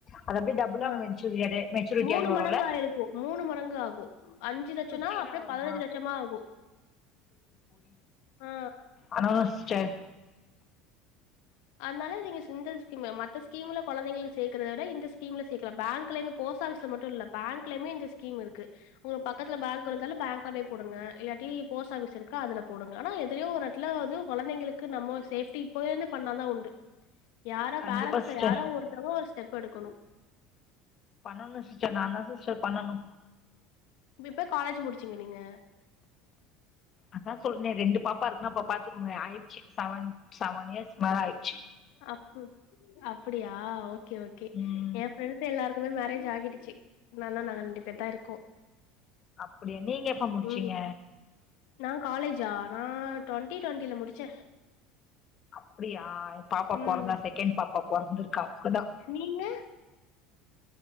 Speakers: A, on the left (about 40°); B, on the left (about 65°).
A: அது அப்டியே டப் டபுலா
B: ஆ
A: மெஞ்சுரியா மெச்சூரிட்டி
B: மூணு
A: ஆயி வருல
B: <unintelligible> மூணு மடங்கு ஆகு அஞ்சு லச்சோனா
A: ஃபிப்டினா
B: அப்டியே
A: வருமா
B: பதினஞ்சு லட்சமா ஆகு ஆ
A: ஆனா சிஸ்டர்
B: அதனால நீங்க சிந்த ஸ்கீம் மத்த ஸ்கீம்ல கொழந்தைளுக்கு சேக்கறத விட இந்த ஸ்கீம்ல சேக்கலா பேங்க்லயுமே போஸ்ட் ஆஃபீஸ்ல மட்டு இல்ல பேங்க்லயுமே இந்த ஸ்கீம் இருக்கு உங்க பக்கத்துல பேங்க் இருந்தாலு பேங்க்ல போய் போடுங்க இல்லாட்டி போஸ்ட் ஆஃபீஸ் இருக்கா அதுல போடுங்க ஆனா எதுலையோ ஒரு எடத்துல வந்து கொழந்தைங்களுக்கு நம்ம சேஃப்டி இப்போ இருந்து பண்ணாதா உண்டு யாரோ
A: கண்டிப்பா
B: பேரண்ட்ஸ்ல
A: சிஸ்டர்
B: யாரோ ஒருத்தவங்க ஒரு ஸ்டெப் எடுக்கணு
A: பண்ணணு சிஸ்டர் நா தா சிஸ்டர் பண்ணணு
B: எப்ப காலேஜ் முடிச்சீங்க நீங்க
A: அதா சொல்லறேனே ரெண்டு பாப்பா இருக்குன்னா அப்ப பாத்துக்கோங்க ஆயிடுச்சு செவன் செவன் இயர்ஸ் மேல ஆய்
B: அப் அப்பிடியா ஓ ஓகே ஓகே
A: ம்
B: ஏ ஃபிரெண்ட்ஸ் எல்லாருக்குமே மேரேஜ் ஆகிடுச்சு இன்னு நாங்க ரெண்டு பேரு தா இருக்கோ
A: அப்பிடியா நீங்க எப்ப முடிச்சீங்க
B: ம் நா காலேஜா நா டுவெண்ட்டி டுவெண்டில முடிச்சே
A: அப்பிடியா ஏ பாப்பா
B: ம்
A: பொறந்த செகண்ட் பாப்பா பொறந்து இருக்கா அப்பதா
B: நீங்க